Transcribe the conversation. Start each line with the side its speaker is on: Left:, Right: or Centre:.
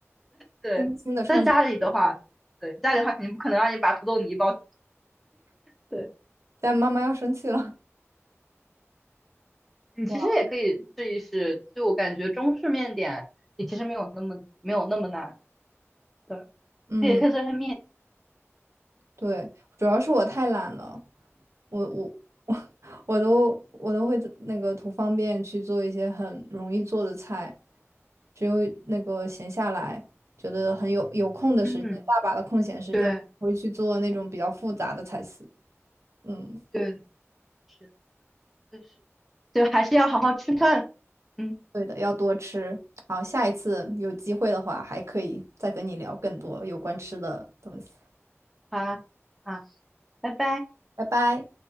Centre: 对，
Right: 新新的创新。
Centre: 在家里的话，对，家里的话肯定不可能让你把土豆泥包。对，
Right: 但妈妈要生气了。
Centre: 你其实也可以试一试，
Right: 哇，
Centre: 就我感觉中式面点也其实没有那么没有那么难。对，
Right: 嗯。
Centre: 它也可以做成面。
Right: 对，主要是我太懒了，我我 <laughs> 我我都我都会那个图方便去做一些很容易做的菜，只有那个闲下来，觉得很有有空的时间，
Centre: 嗯，嗯
Right: 大把的空闲时间，
Centre: 对
Right: 我会去做那种比较复杂的菜式。嗯，
Centre: 对是，就是，就还是要好好吃饭。嗯，
Right: 对的，要多吃。好，下一次有机会的话，还可以再跟你聊更多有关吃的东西。
Centre: 好啊，好，拜拜。
Right: 拜拜。